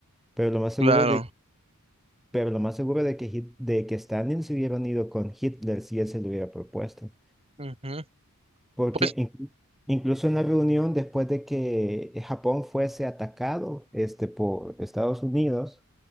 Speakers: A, in the centre; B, on the right (about 25°).
A: Pero lo más seguro
B: Claro.
A: es de pero lo más seguro de que, Hit- de que Stalin se hubiera unido con Hitler si él se lo hubiera propuesto.
B: Ujú.
A: Porque
B: Pues
A: in- incluso en la reunión, después de que Japón fuese atacado este, por Estados Unidos,